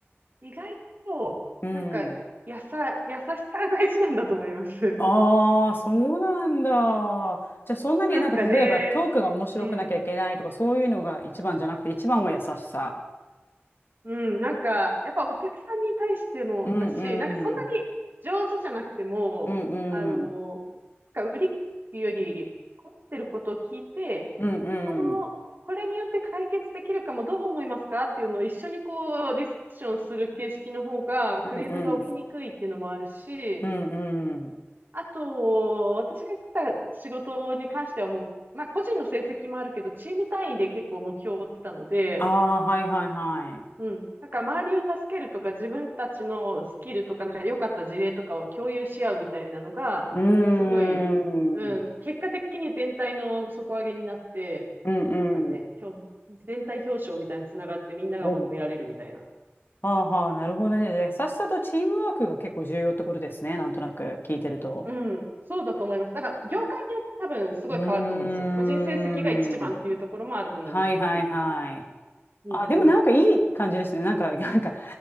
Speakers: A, on the right; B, on the left.
A: 意外と、
B: うん。
A: なんか、やさ、優しさが大事なんだと思います。
B: ああ、
A: <laughs>
B: そうなんだ。じゃあ、そんなになんか、
A: なんかね、
B: 例えばトークが面白くなきゃいけないとか、
A: うん。
B: そういうのが一番じゃなくて、一番は優しさ。
A: うん、なんか、やっぱお客さんに対してもだし、
B: うんうん。
A: なんかそんなに上手じゃなくても、
B: うんうん
A: あの、なんか売りっていうより、困ってることを聞いて、
B: うんうん
A: この、これによって解決できるかもどう思いますかっていうのを一緒にこうディスカッションする形式の方がクレームが起きにくいっていうのもあるし、
B: うんうんうんうん
A: あと、私が言ってた仕事に関してはもう、まあ個人の成績もあるけど、チーム単位で結構目標を追ってたので、
B: ああはいはいはい
A: うん。なんか周りを助けるとか、自分たちのスキルとか、なんか良かった事例とかを共有し合うみたいなのが、
B: うーんうん
A: すごい、うん。結果的に全体の底上げになって、
B: うん
A: なんかね、表全体表彰みたいにつながってみんなが褒められるみたいな。
B: おはあはあなるほどねじゃあ優しさとチームワークが結構重要ってことですねなんとなく聞いてると
A: うん、そうだと思います。だから、業界によって多分すごい変わると思うんですよ。
B: うーん
A: 個人成績が一番っていうところもあると思うんですけど、
B: はいはいはい
A: うんうん。
B: あでもなんかいい感じですねなんか <laughs> なんか